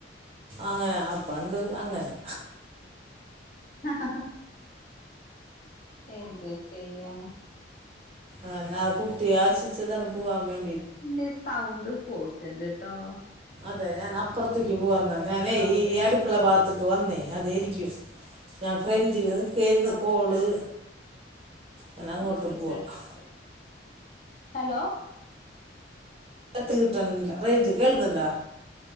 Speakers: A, on the right (about 30°); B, on the left (about 45°).
A: അങ്ങനെ അപ്പണ്ട് അങ്ങനെ
B: <unintelligible> എന്ത് ചെയ്യാന
A: അന്ന ആ കുട്ടി ആശിച്ചതാണ് പൂവാൻ വേണ്ടി
B: ഇന്റെ സൗണ്ട് പോയി ടിൻടിട്ടോ
A: അതെ ഞാൻ അപ്പുറത്തേക്ക് പോവാന്ന്
B: എന്താണാവോ
A: ഞാനേ ഈ അടുക്കള ഭാഗ ക്ക് വന്നേ അതെരിക്കും ഞാൻ ഫ്രണ്ടില് കേരുന്ന്
B: സൗണ്ട്
A: കോള് ഞാൻ അങ്ങോട്ട്
B: ഇങ്ങോട്ട്
A: പോവാ
B: കേട്ട്നില ഹലോ
A: ത് കിട്ടിനില്ല റേഞ്ച് കേൾക്കുന്നുണ്ടാ